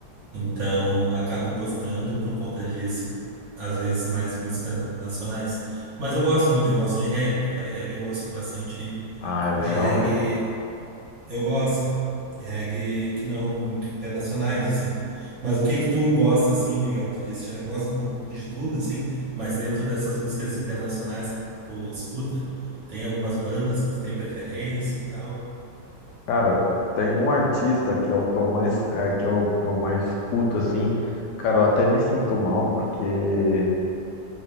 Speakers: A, on the right (about 45°); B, on the left (about 75°).
A: Então, acabo gostando por conta disso, às vezes mais músicas nacionais. Mas eu gosto muito, eu gosto de reggae, né, cara? Reggae eu gosto bastante
B: Ah, é legal,
A: de reggae,
B: né?
A: eu gosto, cara. De reggae que não internacionais, assim. Mas o que que tu gosta, assim, Miguel? Tu disse que já gosta um pouco de tudo, assim, mas dentro dessas músicas internacionais que tu escuta, tem algumas bandas que tu tem preferência e tal?
B: Cara, tem um artista que é o que eu mais, é, que é o que eu mais escuto, assim. Cara, eu até me sinto mal porque